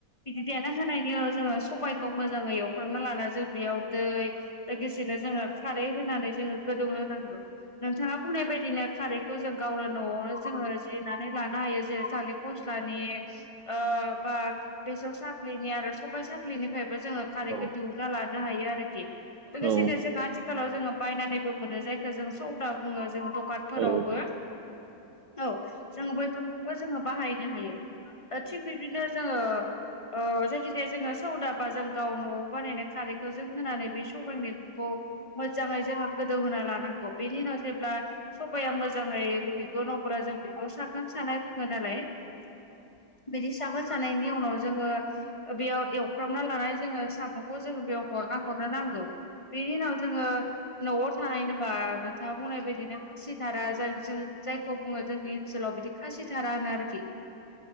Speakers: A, on the left; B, on the right.
A: बिदि देना होनायनि जोङो सबाइखौ मोजाङै एवफ्रामना लाना जों बेयाव दै लोगोसे जोङो खारै होनानै जोङो गोदौ होनांगौ । नोंथाङा बुंनाय बायदिनो‌। खारैखौ जों गावनो न'आवनो जोङो जिरनानै लानो हायो जेरै थालिर फस्लानि ओ ओ बा बेसोर साखलिनि आरो सबा साखलिनिफ्राय बो जोङो खारैखौ
B: औ
A: दिहुनना लानो हायो आरोखि लोगोसेनो
B: औ
A: जों आथिलाव जोङो बायनानैबो मोनो जायखौ जों सौदा बुङो । जोङो दखानफोरावबो
B: औ उम औ
A: औ जों बैफोरखौबो जोङो बाहायनो हायो । ओ थिग बिदिनो जोङो ओ जायखि जाया जोङो सौदाबा जों गाव न'आव बानायनाय खारैखौ जों होनानै बे सबाय मैगंखौ मोजाङै जोङो गोदौहोना लानांगौ बेनि उनाव जेब्ला सबाया मोजाङै रुयगोन अब्ला जों बेखौ साखोन सानाय बुङो नालाय । बिदि साखोन सानायनि उनाव जोङो बेयाव एवफ्रामना लानाय जोङो साम'खौ जोङो बेयाव हरना हरनो नां गौ बेनि उनाव जोङो न'आव थानाय होनोबा नोंथाङा बुंनाय बायदिनो खासिथारा जाय जों जायखौ बुङो जोंनि ओनसोलाव बिदि खासि थारा होनो आरोखि ।